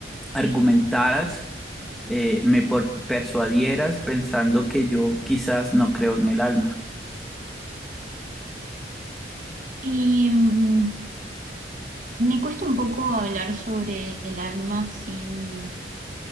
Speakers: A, in the centre; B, on the right.
A: argumentaras, eh, me por- persuadieras pensando que yo quizás no creo en el alma.
B: Y mm, me cuesta un poco hablar sobre el alma sin,